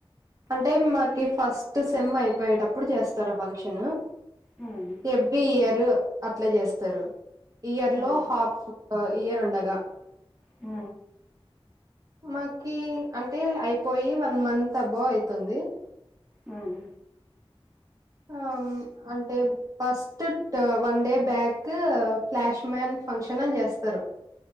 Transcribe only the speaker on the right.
అంటే మాకి ఫస్ట్ సెమ్ అయిపోయేటప్పుడు చేస్తారు ఫంక్షన్
ఎవ్రీ ఇయరు అట్ల చేస్తారు ఇయర్
లో హాఫ్ అహ్ ఇయర్ ఉండగా
మాకి అంటే అయి పోయి వన్ మంత్ అబోవ్ అయితుంది
ఆ అంటే first one day back flash man function అని చేస్తారు